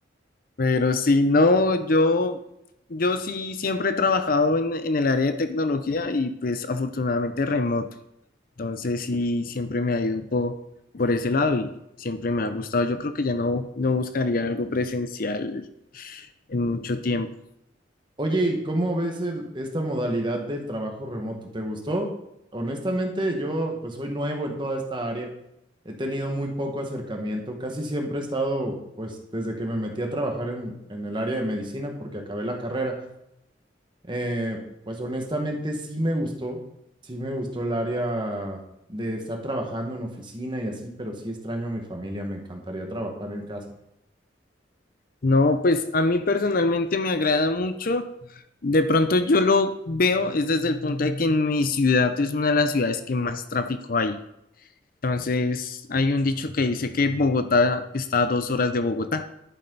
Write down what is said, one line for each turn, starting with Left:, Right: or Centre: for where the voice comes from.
Left: Pero si no, yo, yo sí siempre he trabajado en, en el área de tecnología y pues afortunadamente remoto. Entonces sí, siempre me ha ido un po- por ese lado y siempre me ha gustado. Yo creo que ya no, no buscaría algo presencial en mucho tiempo.
Right: Oye, ¿y cómo ves el- esta modalidad del trabajo remoto? ¿Te gustó? Honestamente, yo pues soy nuevo en toda esta área, he tenido muy poco acercamiento, casi siempre he estado, pues desde que me metí a trabajar en, en el área de medicina, porque acabé la carrera, eh, pues honestamente sí me gustó, sí me gustó el área de estar trabajando en oficina y así, pero sí extraño a mi familia, me encantaría trabajar en casa.
Left: No, pues a mí personalmente me agrada mucho. De pronto yo lo veo es desde el punto de que en mi ciudad es una de las ciudades que más tráfico hay. Entonces hay un dicho que dice que Bogotá está a dos horas de Bogotá.